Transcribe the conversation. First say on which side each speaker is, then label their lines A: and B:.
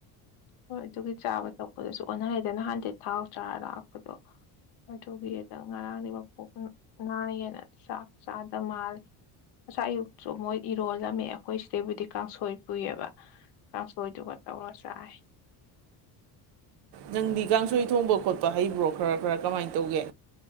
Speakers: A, on the left (about 65°); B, on the right (about 65°).
A: ꯍꯣꯏ ꯑꯗꯨꯒꯤ ꯆꯥꯕ ꯊꯛꯄꯗꯁꯨ ꯑꯣꯟꯅꯔꯦꯗꯅ ꯍꯥꯟꯗꯤ ꯊꯥꯎ ꯆꯥꯔ ꯂꯥꯛꯄꯗꯣ ꯑꯗꯨꯒꯤꯗ ꯉꯔꯥꯡꯗꯤ ꯃꯄꯨꯛ ꯅꯥꯏꯌꯦꯅ ꯆꯥꯛ ꯆꯥꯗ ꯃꯥꯜꯂꯦ ꯉꯆꯥꯏ ꯑꯌꯨꯛꯁꯨ ꯃꯣꯏ ꯏꯔꯣꯜꯂꯝꯃꯦ ꯑꯈꯣꯏ ꯁꯤꯗꯩꯕꯨꯗꯤ ꯀꯥꯡꯁꯣꯏ ꯄꯨꯏꯌꯦꯕ ꯀꯥꯡꯁꯣꯏꯗꯨꯒ ꯇꯧꯔ ꯆꯥꯏ
B: ꯅꯪꯗꯤ ꯀꯥꯡꯁꯣꯏ ꯊꯣꯡꯕ ꯈꯣꯠꯄ ꯍꯩꯕ꯭ꯔꯣ ꯈꯔ ꯈꯔ ꯀꯃꯥꯏꯅ ꯇꯧꯒꯦ